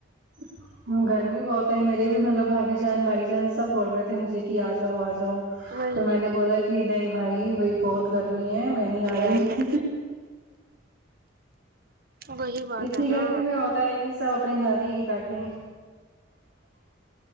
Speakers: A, on the right; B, on the right.
A: <inaudible> گرمی بہت ہے میرے بھی ملب بھابھی جان بھائی جان سب بول رہے تھے مجھے کی آ جاؤ آ جاؤ
B: وہی
A: تو میں نے بولا کی نہیں بھائی وہی بہت گرمی ہے میں نہیں آ
B: ہے
A: رہی
B: وہی بات
A: اتنی
B: ہے
A: گرمی
B: نا
A: میں ہوتا ہے کی سب اپنے گھر ہی بیٹھے